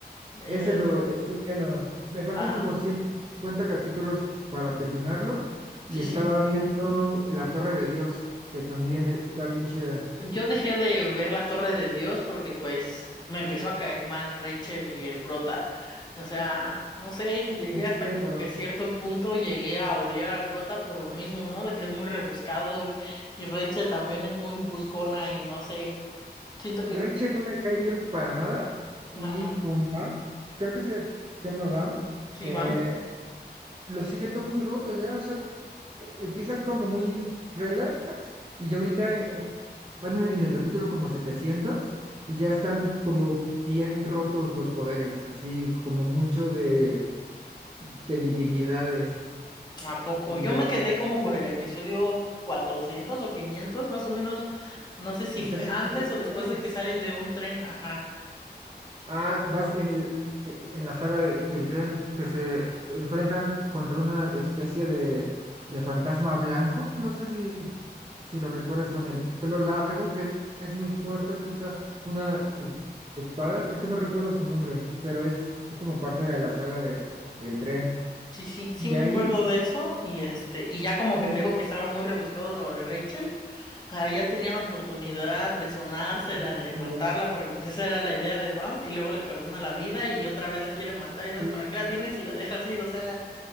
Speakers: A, on the left (about 25°); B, on the right (about 30°).
A: El-
B: Ese lo estoy viendo. Me faltan
A: ah,
B: como 150 capítulos para terminarlo y
A: sí,
B: estaba
A: sí.
B: viendo La Torre de Dios, que también e- está bien chida.
A: Yo dejé de ver la Torre de Dios porque pues me empezó a caer mal Rachel y el prota. O sea, no sé, llegué
B: Entiendo.
A: hasta como que cierto punto llegué a odiar al prota por lo mismo, ¿no? De que es muy rebuscado y, y Rachel también es muy buscona y no sé. Siento que,
B: Rachel no me cae bien para nada y
A: ajá,
B: con Bam, creo que se llama Bam,
A: sí,
B: eh,
A: van.
B: lo siento muy roto ya, o sea, te- e- empieza como muy relax y ya ahorita eh, van en en el capítulo como 700 y ya están como bien rotos los poderes, así como mucho de, de divinidades
A: ¿A poco?
B: y
A: Yo
B: la...
A: me quedé como por
B: sí,
A: el episodio 400 o 500 más o menos. No sé si
B: o
A: fue
B: sea, sí,
A: antes
B: muy bien.
A: o después de que salen de un tren, ajá.
B: Ah, vas en, el- e, en la saga de El Tren que se enfrentan contra una especie de, de fantasma blanco. No sé si, si lo recuerdas con el pelo largo, que es muy fuerte, que usa una es- espada. Es que no recuerdo su nombre, pero es como parte de la saga de El Tren.
A: Sí, sí, sí
B: De
A: me
B: ahí,
A: acuerdo de eso y este, y ya como
B: ajá,
A: que te digo que estaba muy rebuscado lo de Rachel, ah, ya tenía la oportunidad
B: sí,
A: de sonársela,
B: lo dejaste
A: de matarla,
B: de ver.
A: porque pues esa era la idea de Bam, y luego le perdona la vida y otra vez la quieren matar, y
B: Sí,
A: no es para qué la tienes si la dejas ir, o sea,